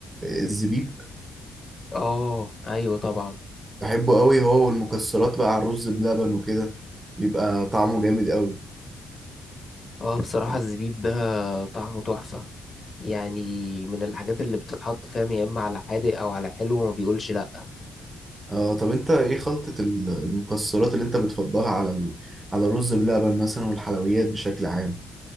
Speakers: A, on the right; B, on the left.
A: الزبيب
B: آه أيوة طبعا
A: بحبه قوي هو والمكسرات بقى على الرز بلبن وكده بيبقى طعمه جامد قوي
B: آه بصراحة الزبيب ده طعمه تحفة يعني من الحاجات اللي بتتحط فاهم يا إما على حادق أو على حلو وما بيقولش لأ
A: آه طب انت ايه خلطة ال- المكسرات اللي انت بتفضلها على ال... على الرز بلبن مثلا والحلويات بشكل عام